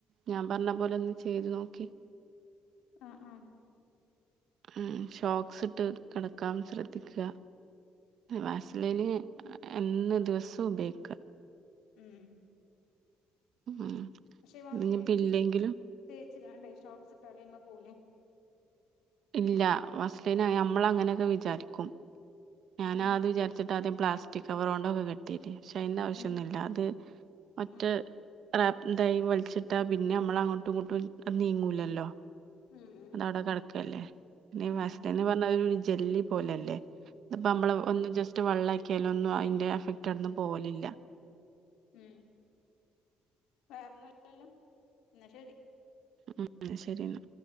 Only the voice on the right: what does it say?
ഞാൻ പർഞ്ഞ പോലെ ഒന്ന് ചെയ്തു നോക്കി.
ഉം ഷോക്സ് ഇട്ട് കെടക്കാൻ ശ്രദ്ധിക്കുക വാസ്ലേന്
എന്ന് ദിവസോം ഉപയ്ക്ക്
ഉം
ഇനിയിപ്പ ഇല്ലെങ്കിലും
ഇല്ല വസ്ലന് അമ്മളങ്ങനക്കെ വിചാരിക്കും ഞാനാത്
വിചാരിച്ചിട്ട് ആദ്യം പ്ലാസ്റ്റിക് കവറോണ്ടൊക്കെ കെട്ടിട്ട പക്ഷെ അയ്ന്റാവശ്യൊന്നുല്ല
അത് മറ്റേ
<unintelligible> വലിച്ചിട്ടാ പിന്നമ്മളങ്ങോട്ടുങ്ങോട്ടും നീങ്ങൂലല്ലോ
അതവിടെ കെടക്കല്ലേ പിന്നെ
വാസ്ലന്ന് പറഞ്ഞ ഒര് ജെല്ലി പോലല്ലേ ത്പ്പ അമ്മള്
ഒന്ന് ജസ്റ്റ് വെള്ളാക്കിയാലും ഒന്നും അയ്ന്റെ എഫക്ട് ആടന്നും പോവലില്ല
ഉം ശരിന്നാ